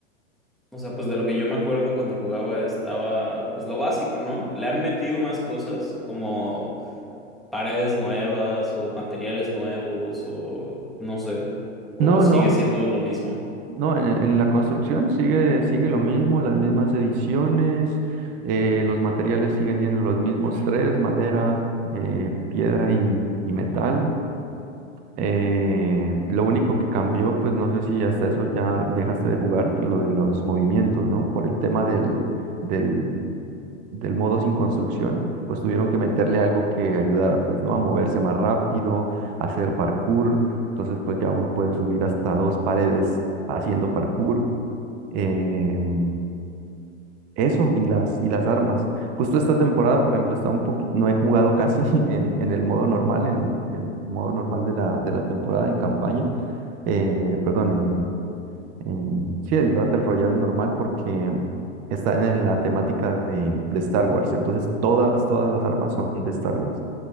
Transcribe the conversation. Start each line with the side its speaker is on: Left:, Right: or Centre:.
Centre: o sea, pues de lo que yo me acuerdo cuando jugaba estaba, pues lo básico, ¿no? Le han metido más cosas como paredes nuevas o materiales nuevos o no sé, o
Right: No,
Centre: sigue
Right: no,
Centre: siendo lo mismo.
Right: no, en, en la construcción sigue, sigue lo mismo, las mismas ediciones, eh, los materiales siguen siendo los mismos tres, madera, eh, piedra y, y metal. Eh, lo único que cambió, pues no sé si hasta eso ya dejaste de jugar, lo de los movimientos, ¿no? Por el tema del, del, del modo sin construcción, pues tuvieron que meterle algo que ayudara, pues, ¿no? A moverse más rápido, a hacer parkour. Entonces, pues ya uno puede subir hasta dos paredes haciendo parkour. Em, eso y las, y las armas. Justo esta temporada, por ejemplo, está un poquito, no he jugado casi <laughs> en, en el modo normal, en, en modo normal de la, de la temporada en campaña eh, perdón, en, en- sí, el Battle Royale normal porque está en la temática de, de Star Wars. Entonces todas, todas las armas son de Star Wars.